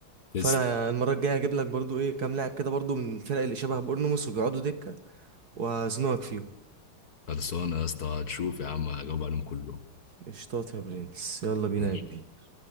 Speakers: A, on the left; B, on the right.
A: تسلم
B: فانا المره الجايه هجيب لك برضو ايه كام لاعب كده برضو من الفرق اللي شبه بورنموث وبيقعدوا دكه وهزنقك فيهم
A: خلصانه يا اسطى هتشوف يا عم هجاوب عليهم كلهم
B: قشطات يا برنس يلا بينا
A: ماشي
B: يا كبير